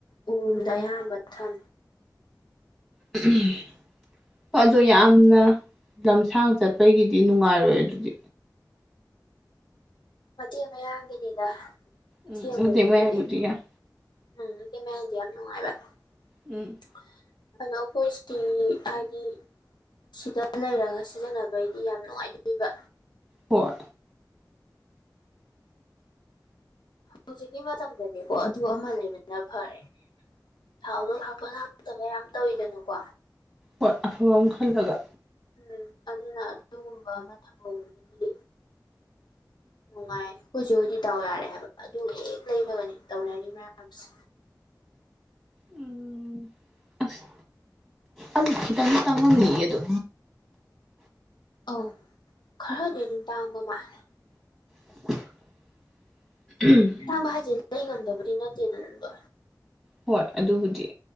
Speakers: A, on the left; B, in the centre.
A: ꯎꯔꯨꯝꯗ ꯑꯌꯥꯝꯕ ꯊꯝꯃꯦ
B: ꯎꯝꯍꯨꯝ ꯑꯗꯣ ꯌꯥꯝꯅ ꯂꯝꯁꯥꯡ ꯆꯠꯄꯒꯤꯗꯤ ꯅꯨꯡꯉꯥꯏꯔꯣꯏꯌꯦ ꯑꯗꯨꯗꯤ
A: ꯃꯇꯦꯛ ꯃꯌꯥꯒꯤꯅꯤꯗ ꯑꯁꯦꯡꯕꯒꯤꯕꯨꯗꯤ
B: ꯎꯝ ꯃꯇꯦꯛ ꯃꯌꯥꯏꯕꯨꯗꯤ ꯌꯥꯏ
A: ꯎꯝ <inaudible>
B: ꯎꯝ
A: <unintelligible> ꯁꯤꯗ ꯂꯩꯔꯒ ꯁꯤꯖꯤꯟꯅꯕꯩꯗꯤ ꯌꯥꯝ ꯅꯨꯡꯉꯥꯏꯗꯣꯢꯕ
B: ꯍꯣꯢ
A: ꯍꯧꯖꯤꯛꯀꯤ ꯃꯇꯝꯗꯥꯗꯤꯀꯣ ꯑꯗꯨ ꯑꯃ ꯂꯩꯕꯥꯅ ꯐꯔꯦ ꯊꯥꯎꯗꯣ ꯍꯥꯞꯄ ꯍꯥꯞꯇꯕ ꯌꯥꯝ ꯇꯧꯋꯤꯗꯥꯅꯀꯣ
B: ꯍꯣꯏ ꯑꯐꯕ ꯑꯃ ꯈꯜꯂꯥꯒ
A: ꯎꯝ ꯑꯗꯨꯅ ꯑꯗꯨꯒꯨꯝꯕ ꯑꯃ ꯊꯝꯍꯧꯕꯅꯗꯤ ꯅꯨꯡꯉꯥꯏ ꯑꯩꯈꯣꯏꯆꯦ ꯍꯧꯗꯤ ꯗꯥꯎ ꯌꯥꯔꯦ ꯍꯥꯏꯕ ꯑꯗꯨ ꯍꯦꯛ ꯂꯩꯕꯒꯅꯤ ꯇꯧꯅꯥꯔꯤ ꯃꯌꯥꯝꯁꯦ
B: ꯎꯝ ꯑꯁ ꯑꯗꯨ ꯈꯤꯇꯪ ꯇꯥꯡꯉꯝꯃꯦꯌꯦ ꯑꯗꯨ
A: ꯑꯧ ꯈꯔꯗꯤ ꯑꯗꯨꯝ ꯇꯥꯡꯕ ꯃꯥꯜꯂꯦ
B: <inaudible>
A: <unintelligible> ꯍꯥꯏꯖꯦ ꯂꯦꯡ ꯉꯝꯗꯕꯗꯤ ꯅꯠꯇꯦꯗꯥꯅ ꯑꯗꯣ
B: ꯍꯣꯏ ꯑꯗꯨꯕꯨꯗꯤ